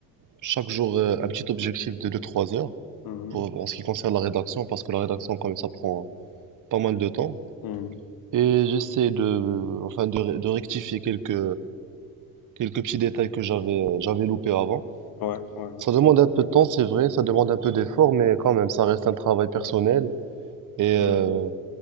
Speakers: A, on the right (about 55°); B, on the left (about 70°).
A: chaque jour euh, un petit objectif de 2-3 heures
B: Mhm.
A: pour, en ce qui concerne la rédaction, parce que la rédaction, quand même, ça prend pas mal de temps.
B: Mhm.
A: Et j'essaie de, enfin, de, ré- de rectifier quelques, quelques petits détails que j'avais, euh, j'avais loupés avant.
B: Ouais, ouais, ouais.
A: Ça demande un peu de temps, c'est vrai, ça demande un peu d'effort, mais quand même, ça reste un travail personnel. Et euh,
B: Mhm.